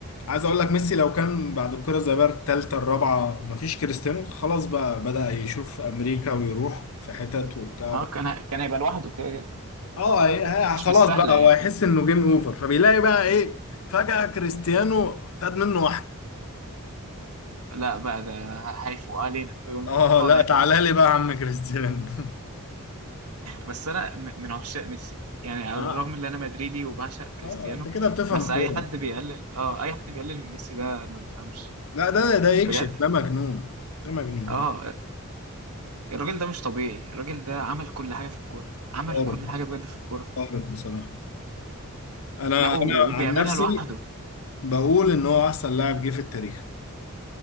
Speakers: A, on the left (about 65°); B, on the right (about 80°).
A: عايز اقول لك ميسي لو كان بعد الكرة الذهبية التالتة الرابعة مفيش كريستيانو خلاص بقى بدأ يشوف امريكا ويروح في حتت وبتاع
B: اه كان هي- كان هيبقى لوحده كده كده
A: اه إيه، ها،
B: مش
A: خلاص
B: مستاهله
A: بقى
B: يعني
A: هو هيحس انه جيم اوفر فبيلاقي بقى ايه فجأة كريستيانو خد منه واحد
B: لا بقى ده ه- هيفوق علينا ويقوم
A: اه
B: طالع
A: لا تعالى
B: تاني
A: لي بقى يا عم كريستيانو <laughs>
B: بس انا م- من عشاق ميسي يعني على
A: اه
B: الرغم ان انا مدريدي وبعشق كريستيانو
A: اه انت كده بتفهم
B: بس اي
A: كورة
B: حد بيقلل اه اي حد بيقلل من ميسي ده ما بيفهمش
A: لا ده ده يكشف
B: بجد
A: ده مجنون ده مجنون
B: اه الراجل ده مش طبيعي الراجل ده عمل كل حاجة في الكورة عمل
A: خارق
B: كل حاجة بجد في الكورة
A: خارق بصراحة أنا
B: لا و-
A: أنا
B: وبيعملها
A: عن نفسي
B: لوحده
A: بقول إن هو أحسن لاعب جه في التاريخ